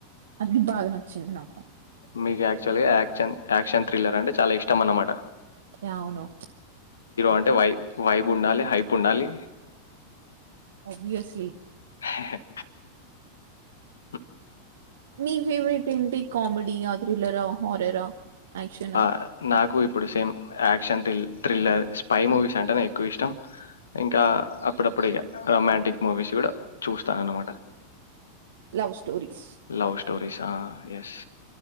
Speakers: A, on the right; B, on the left.
A: అది బాగా నచ్చింది నాకు
B: మీకు యాక్చువల్గా యాక్షన్ యాక్షన్ థ్రిల్లర్ అంటే చాలా ఇష్టం అన్నమాట
A: యా అవును
B: అంటే వై వైబ్ ఉండాలి హైపు ఉండాలి
A: ఆభ్యస్లి
B: హ్ హ్ హ
A: మీ ఫేవరెట్ ఏంటి? కామెడి ఆద్ థ్రిల్లర్ ఆ, హర్రర్ ఆ, యాక్షనా?
B: ఆ! నాకు ఇప్పుడు same action thrill thriller spy movies అంటే ఎక్కువ ఇష్టం ఇంకా అప్పుడప్పుడు ఇగ రొమాంటిక్ మూవీస్ కూడా చూస్తాను అన్నమాట
A: లవ్ స్టోరీస్
B: లవ్ స్టోరీస్ ఆ ఎస్